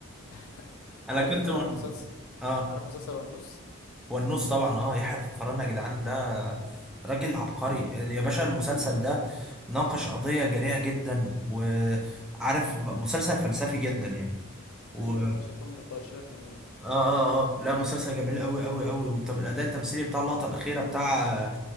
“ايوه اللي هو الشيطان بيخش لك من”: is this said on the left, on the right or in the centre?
Left